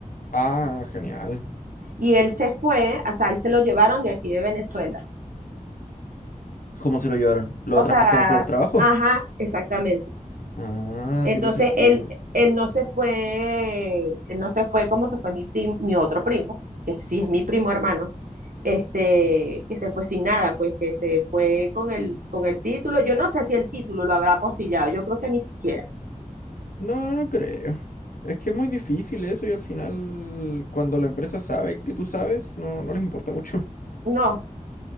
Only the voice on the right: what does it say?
Y él se fue, o sea, él se lo llevaron de aquí de Venezuela.
O
sea,
ajá, exactamente.
Entonces,
él, él no se fue, él no se fue como se fue mi prim- mi otro primo, que sí es mi primo hermano, este, que se fue sin nada, pues que se fue con el, con el título. Yo no sé si el título lo habrá apostillado, yo creo que ni siquiera.
No,